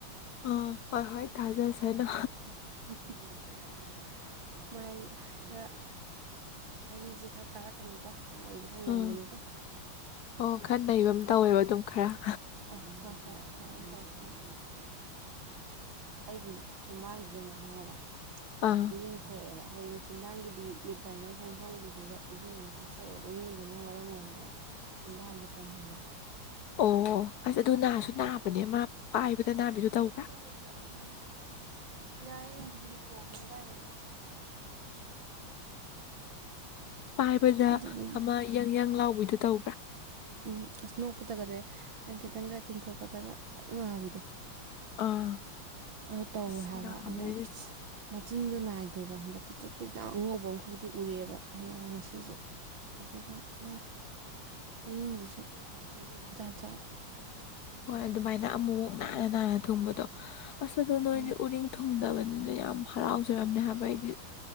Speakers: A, on the left (about 65°); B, on the right (about 70°).
A: ꯑ ꯍꯣꯏ ꯍꯣꯏ ꯇꯥꯖꯁꯅꯨ
B: <unintelligible> ꯃꯥꯏ ꯈꯔ ꯋꯥꯔꯤꯁꯦ ꯈꯔ ꯇꯥꯔꯛꯀꯅꯤꯀꯣ ꯃꯣꯏꯖꯦ ꯈꯔ ꯅꯩꯕꯅꯤꯀꯣ
A: ꯑꯥ ꯑꯣ ꯈꯔ ꯅꯩꯕ ꯑꯃ ꯇꯧꯋꯦꯕ ꯑꯗꯨꯝ ꯈꯔ
B: ꯍꯣꯏ ꯍꯣꯏ ꯈꯔ ꯑꯗꯨꯝ ꯇꯧꯔꯛꯄꯅꯦ ꯑꯩꯒꯤ ꯆꯤꯝꯕꯥꯜꯁꯤꯗꯅꯦ ꯈꯪꯉꯕ
A: ꯑꯥ
B: ꯎꯔꯤꯡ ꯊꯣꯛꯑꯦꯕ ꯍꯥꯏꯗꯤ ꯆꯤꯟꯕꯥꯥꯡꯒꯤꯗꯤ ꯂꯤꯐ ꯂꯥꯏꯅꯔ ꯁꯪꯐꯝꯒꯤꯗꯨꯗ ꯎꯔꯤꯡꯕ ꯊꯣꯛꯑꯦꯕ ꯎꯔꯤꯡꯗꯨꯅ ꯃꯔꯝ ꯑꯣꯏꯔꯒ ꯆꯤꯝꯕꯥꯟꯁꯦ ꯄꯣꯝꯍꯜꯂꯦꯕ
A: ꯑꯣ ꯑꯁ ꯑꯗꯨ ꯅꯥꯁꯨ ꯅꯥꯕꯅꯦ ꯃꯥ ꯄꯥꯏꯕꯗ
B: ꯑꯩ
A: ꯅꯥꯕꯤꯗꯨ ꯇꯧꯕ꯭ꯔꯥ
B: ꯆꯦꯀꯣ ꯌꯥꯏꯌꯦ ꯑꯗꯨꯗꯤ ꯄꯣꯛꯕ ꯉꯥꯏꯔꯦ
A: ꯄꯥꯏꯕꯗ
B: ꯑꯗꯨꯗꯨꯅ
A: ꯑꯃ ꯌ꯭ꯪ ꯌ꯭ꯪ ꯂꯥꯎꯕꯗꯨ ꯇꯧꯕꯔ
B: ꯎꯝ ꯑꯁ ꯅꯣꯛꯄꯗꯒꯗꯤ ꯍꯥꯢꯐꯦꯠꯇꯪꯒ ꯇꯤꯡꯊꯣꯛꯄꯗꯒ ꯇꯛꯅ ꯅꯥꯕꯤꯗꯣ
A: ꯑꯥ
B: ꯑꯗꯨ ꯇꯧꯋꯦ
A: ꯑꯁ
B: ꯍꯥꯏꯕ
A: ꯅꯥꯕꯅꯦ
B: ꯑꯃ ꯃꯆꯤꯟꯖꯨ ꯅꯥꯏꯗꯦꯕ ꯈꯡꯕꯔ ꯄꯤꯛꯇꯔꯨ ꯄꯤꯛꯅ ꯑꯉꯧꯕ ꯑꯃꯈꯛꯇꯤ ꯎꯔꯛꯑꯦꯕ ꯉꯁꯤꯁꯦ <unintelligible> ꯎꯔꯤꯡꯁꯤꯁꯨ ꯖꯥꯠ ꯖꯥꯠꯅꯤ
A: ꯍꯣꯏ ꯑꯗꯨꯃꯥꯏꯅ ꯑꯃꯨꯛꯃꯨꯛ ꯅꯥꯟꯅ ꯅꯥꯟꯅ ꯊꯨꯡꯕꯗꯣ ꯑꯁꯗꯣ ꯅꯣꯏꯗꯤ
B: ꯎꯝ
A: ꯎꯔꯤꯡ ꯊꯨꯡꯗꯕꯅꯤꯅ ꯌꯥꯝ ꯍꯔꯥꯎꯖꯔꯝꯅꯤ ꯍꯥꯏꯕ ꯑꯩꯗꯤ